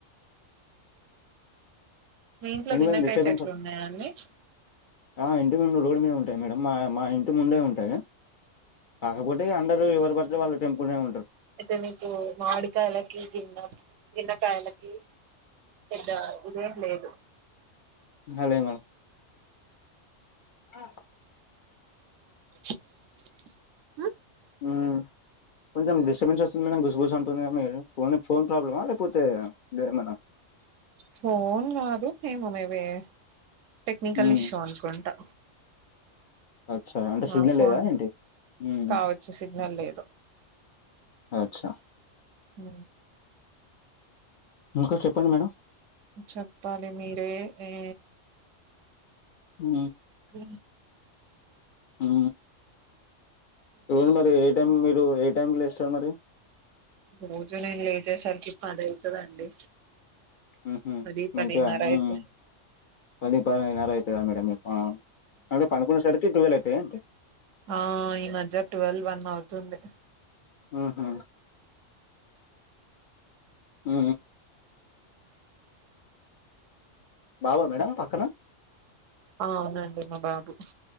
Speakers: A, on the right; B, on the left.
A: మీ ఇంట్లో
B: ఎండు
A: గిన్నెకాయ
B: మిరప డిస్టర్బెన్స్
A: చెట్లు ఉన్నాయాండి. <inaudible>
B: ఆ ఇంటి ముందు రోడ్డు మీద ఉంటాయి మేడం. మా మా ఇంటి ముందే ఉంటాయి, కాకపోతే అందరు ఎవరు పడితే వాళ్లు తెంపుకునే ఉంటారు.
A: అయితే మీకు మాడికాయలకి గిన్న గన్నకాయలకి పెద్ద ఇదేం లేదు.
B: అ లే మేడం ఆ
A: <unintelligible>
B: ఉ కొంచెం డిస్టబెన్సు వొ స్తుంది మేడం గుస్గుస్ అంటు ఫోన్ ఫోన్ ప్రాబ్లమా లేకపోతే ఏమన్నా
A: ఫోన్ కాదు ఏమో మేబి టెక్నికల్
B: హ్మ్.
A: ఇష్యూ అనుకుంటా
B: అచ్చా! అంటే సిగ్నల్
A: ఆ ఫోన్
B: లేదా ఏంటి? హ్మ్.
A: కావచ్చు సిగ్నల్ లేదు
B: అచ్చా
A: ఉ
B: ఇంకా చెప్పండి మేడం
A: చెప్పాలి మీరే ఎ
B: ఉ
A: అ
B: ఉ ఇడు మరి ఏ టైం మీరు ఏ టైమ్ లో ఇస్తారు మరి
A: రోజు నేను లేచేసరికి పది అయితదండి
B: ఊహు
A: పది
B: మంచిగ
A: పదిన్నర
B: ఉ
A: అయితే
B: <unintelligible> అ అంటే పడుకునేసరికి ట్వెల్వ్ ఏంటి
A: ఆ ఈ మధ్య ట్వెల్వ్ వన్ అవుతుంది
B: ఆహ ఉ బావ మేడం పక్కన
A: ఆ అవునండి మా బాబు